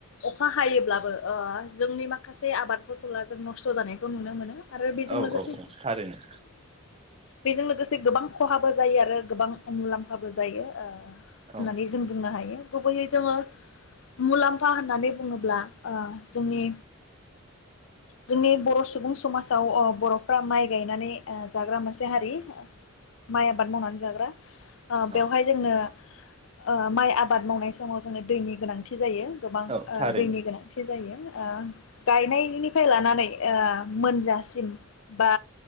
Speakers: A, on the left (about 65°); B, on the right (about 25°).
A: अखा हायोब्लाबो ओ जोंनि माखासे आबाद फसला जों नस्थ जानाय खौ नुनो मोनो आरो बेजों
B: औ
A: लोगोसे
B: औ औ थारैनो
A: बेजों लोगोसे गोबां खहाबो जायो आरो गोबां मुलाम्फाबो जायो ओ होननानै
B: औ
A: जों बुंनो हायो गुबैयै जोङो
B: औ
A: मुलाम्फा होननानै बुङोब्ला ओ जोंनि जोंनि बर सुबुं समाजाव ओ बरफ्रा माइ गायनानै ओ जाग्रा मोनसे हारि माइ आबाद मावनानै जाग्रा ओ
B: औ
A: बेवहाय जोंनो ओ माइ आबाद मावनाय समाव जोंनो दैनि गोनांथि जायो गोबां ओ
B: औ थारैनो
A: दैनि गोनांथि जायो ओ गायनाय निफ्राय लानानै ओ मोनजासिम बा